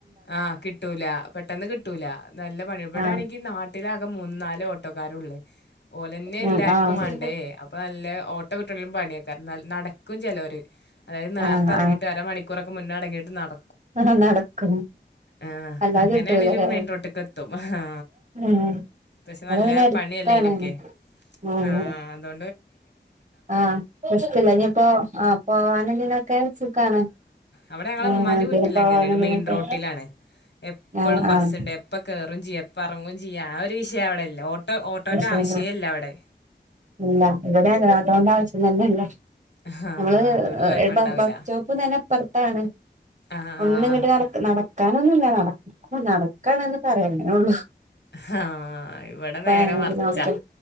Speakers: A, on the left; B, on the right.
A: ആഹ് കിട്ടൂല പെട്ടെന്ന് കിട്ടൂല നല്ല പണ്യാ ബ്ടാണെങ്കി
B: ആഹ്
A: നാട്ടിലാ കെ മൂന്ന്, നാല് ഓട്ടോക്കാരൊള്ള് ഓലെന്നെല്ലാർക്കും
B: ഉം ആഹ്
A: വാണ്ടേ അപ്പൊ നല്ല ഓട്ടോ കി ട്ടെലും പണ്യെക്ക നാൽ നടക്കും ചെലൊര് അതായത് നേർത്തെർങ്ങിട്ട്
B: ആഹ്
A: അരമണിക്കൂറൊക്ക മുന്നറങ്ങിട്ട് നട
B: ആഹാ നടക്കും.
A: ആഹ്
B: അല്ലാതെ
A: അങ്ങനെണെലും
B: കിട്ടൂലല്ലേ
A: മെയിൻറോട്ട്ക്കെത്തും ആഹാ
B: ഉം
A: പക്ഷെ
B: ഇവിടെ
A: നല്ല
B: പിന്നെ അടുത്താണ്
A: പണിയല്ലയ്നൊക്കെ
B: ഉം
A: ആ അതോ
B: ആഹ് ഇഷ്ടല്ല ഞ്ഞിപ്പോ ആ പോവാനും തിനൊക്കെ സുഖാണ്.
A: അവടെ ഞങ്ങളെ
B: ആഹ്
A: മ്മാന്റെ
B: അതിന്
A: വീട്ടിലങ്ങനെണ്
B: പോവാനൊന്നിനൊക്കെ
A: മെയിൻ റോ ട്ടിലാണ് എപ്പള്ളും
B: ആഹ് ആഹ്
A: ബസ്സ്ണ്ട് എപ്പ കേറും ചെയ്യ എപ്പ എറങ്ങും ചെയ്യാ ആ ഒരു വിഷയവടെ ല്ല ഓട്ടോ ഓട്ടോന്റെ
B: പ്രശ്നല്ല
A: ആവശ്യേല്ല വടെ
B: ഇല്ല ഇവട്യങ്ങൻ തന്നെ ഓട്ടോന്റെ ആവശ്യം തന്നെല്ല.
A: ആഹ്
B: നമ്മള് ഏഹ്
A: അതോണ്ട് കൊഴപ്പണ്ടാവില്ല.
B: എ ബ ബസ് സ്റ്റോപ്പും തന്നെപ്പർത്താണ്.
A: ആഹ്
B: ഒന്ന്ങ്ങട്ട് നട നടക്കാനൊന്നുല്ല നട ഉം നടക്കാണെന്ന് പറയാങ്ങനൊള്ളു.
A: ഹാ ഇവടെ നേരെ
B: ആണെങ്കിലും
A: മർച്ചാ
B: ഒക്കെ